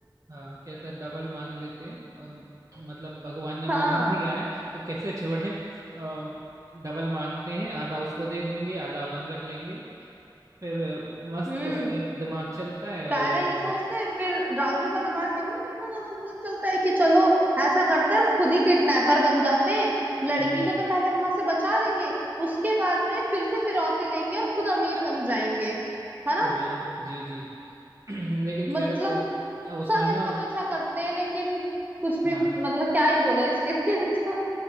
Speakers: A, on the right (about 40°); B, on the right (about 20°).
A: हाँ कहते हैं डबल मांग लेते हैं अम, मतलब भगवान ने मौका
B: हाँ
A: दिया है तो कैसे छोड़ें अम, डबल मांगते हैं आधा उसको दे देंगे आधा अपन रख लेंगे फिर मस्त
B: हम्म
A: उसके दिमाग चलता है
B: पहले
A: और फिर
B: ये सोचते
A: वो
B: हैं फिर राजू का दिमाग देखो ना कितना ज्यादा मतलब चलता है कि चलो ऐसा करते हैं हम खुद ही किडनैपर बन जाते हैं लड़की
A: हम्म
B: को तो पहले वहां से बचा लेंगे उसके बाद में फिर से फिरौती लेंगे और खुद अमीर बन जाएंगे है ना
A: वही जी जी <clears throat> लेकिन खैर
B: मतलब
A: वो उसमें
B: सब
A: ना
B: इनका पीछा करते हैं लेकिन कुछ भी
A: हाँ
B: मतलब
A: हाँ
B: क्या ही बोले इसके लिए <laughs> तो